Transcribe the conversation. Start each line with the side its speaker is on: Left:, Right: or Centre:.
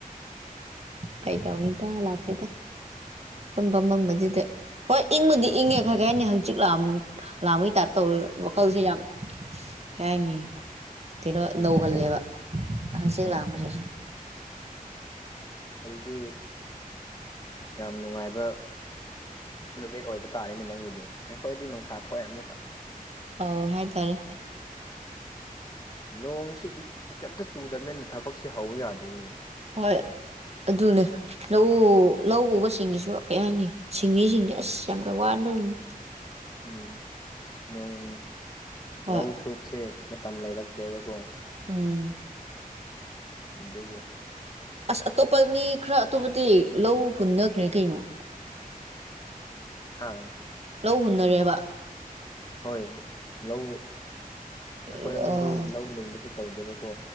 Right: ꯀꯩ ꯇꯧꯅꯤ ꯀꯥ ꯂꯥꯛꯇꯦꯗ ꯁꯨꯝ ꯐꯝꯃꯝꯕꯁꯤꯗ ꯍꯣꯏ ꯏꯪꯕꯨꯗꯤ ꯏꯪꯉꯦ ꯈꯔ ꯀꯩ ꯍꯥꯏꯅꯤ ꯍꯧꯖꯤꯛ ꯂꯥꯡ ꯂꯥꯡꯕꯥꯒꯤ ꯇꯥꯏꯞ ꯇꯧꯔ ꯋꯥꯈꯜꯁꯦ ꯌꯥꯝ ꯀꯩ ꯍꯥꯏꯅꯤ ꯀꯩꯅꯣ
Left: ꯎꯝ
Right: ꯅꯧꯍꯜꯂꯦꯕ ꯍꯀꯆꯤꯠ
Left: ꯑꯣ
Right: ꯂꯥꯡꯕꯁꯤꯁꯦ
Left: ꯑꯗꯨꯗꯤ ꯌꯥꯝ ꯅꯨꯡꯉꯥꯏꯕ ꯅꯨꯃꯤꯠ ꯑꯣꯏꯕ ꯇꯥꯔꯦꯅꯦ ꯅꯪꯒꯤꯗꯤ ꯑꯩꯈꯣꯏꯗꯤ ꯅꯨꯡꯁꯥ ꯊꯣꯛꯑꯦ ꯑꯃꯨꯛꯀ
Right: ꯑꯧ ꯍꯥꯏꯇꯥꯔꯦ
Left: ꯅꯣꯡꯁꯤ ꯀꯩꯝꯇ ꯆꯨꯗꯕꯅꯤꯅ ꯊꯕꯛꯁ ꯍꯧꯕ ꯌꯥꯗꯦꯅꯦ
Right: ꯍꯣꯏ ꯑꯗꯨꯅꯦ ꯂꯧ ꯂꯧ ꯎꯕ ꯁꯤꯡꯁꯤꯁꯨ ꯀꯩꯍꯥꯏꯅꯤ ꯁꯤꯟꯃꯤꯁꯤꯡꯁꯦ ꯑꯁ ꯌꯥꯝ ꯀꯩ ꯋꯥꯟꯗꯣꯏꯅꯤ
Left: ꯎꯝ ꯅꯣꯡ
Right: ꯍꯣꯏ
Left: ꯂꯧ ꯁꯨꯁꯦ ꯃꯇꯝ ꯂꯩꯔꯛꯇ꯭ꯔꯦꯕꯀꯣ
Right: ꯎꯝ
Left: ꯑꯗꯨꯒꯤ
Right: ꯑꯁ ꯑꯇꯣꯞꯄ ꯃꯤ ꯈꯔ ꯑꯇꯣꯞꯄꯗꯤ ꯂꯧ ꯍꯨꯟꯅꯈ꯭ꯔꯦ ꯀꯩꯅꯣ <inaudible>
Left: ꯍꯥ
Right: ꯂꯧ ꯍꯨꯟꯅꯔꯦꯕ
Left: ꯍꯣꯏ ꯂꯧ ꯑꯩꯈꯣꯏꯔꯣꯝꯗꯗꯤ
Right: ꯑ
Left: ꯂꯧ ꯂꯤꯡꯕꯁꯨ ꯇꯧꯗꯦꯕꯀꯣ